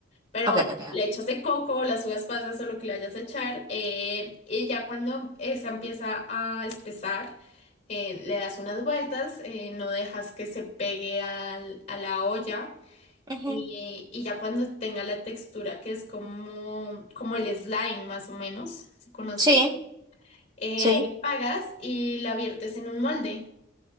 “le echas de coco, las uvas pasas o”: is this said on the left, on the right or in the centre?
Left